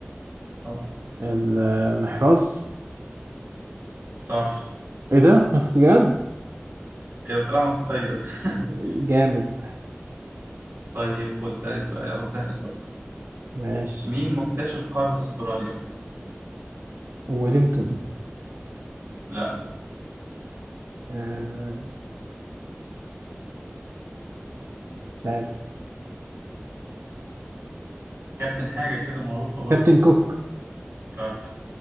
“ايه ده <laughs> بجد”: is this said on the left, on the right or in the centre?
Right